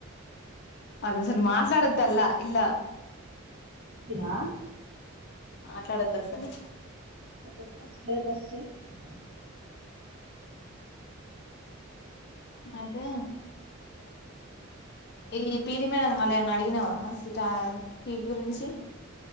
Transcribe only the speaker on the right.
ఇచ్చినా
చెప్పచ్చు <unintelligible>